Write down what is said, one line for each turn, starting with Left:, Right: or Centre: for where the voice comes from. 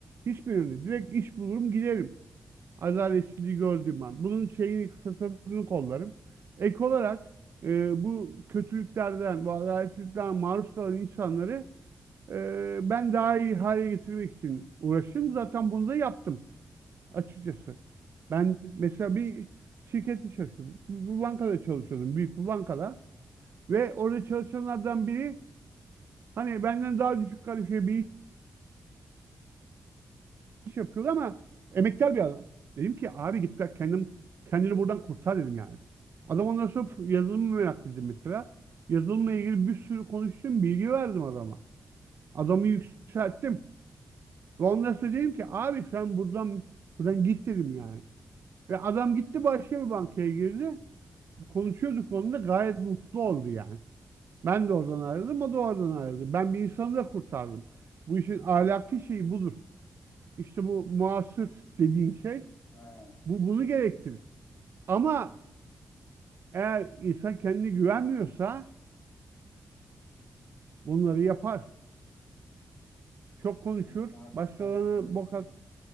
Right: Hiçbirini. Direkt iş bulurum giderim. Adaletsizliği gördüğüm an. Bunun şeyini, fırsatını kollarım. Ek olarak e, bu kötülüklerden, bu adaletsizlikten maruz kalan insanları ee, ben daha iyi hale getirmek için uğraştım. Zaten bunu da yaptım açıkçası. Ben mesela bir şirkette çalıştım. Bir bankada çalışıyordum. Büyük bir bankada. Ve orada çalışanlardan biri hani benden daha düşük kalifiye bir iş yapıyordu ama emektar bir adam. Dedim ki abi git bak kendim kendini buradan kurtar dedim yani. Adam ondan sonra yazılım meraklıydı mesela. Yazılımla ilgili bir sürü konuştum, bilgi verdim adama. Adamı yükselttim. Ve ondan sonra dedim ki abi sen buradan buradan git dedim yani. Ve adam gitti başka bir bankaya girdi. Konuşuyorduk onunla gayet mutlu oldu yani. Ben de oradan ayrıldım, o da oradan ayrıldı. Ben bir insanı da kurtardım. Bu işin ahlaki şeyi budur. İşte bu muasır dediğin şey
Left: Ha,
Right: bu bunu gerektirir. Ama eğer insan kendine güvenmiyorsa bunları yapar. Çok konuşur,
Left: aynen abi.
Right: başkalarına
Left: Sen demek
Right: bok
Left: ki
Right: at-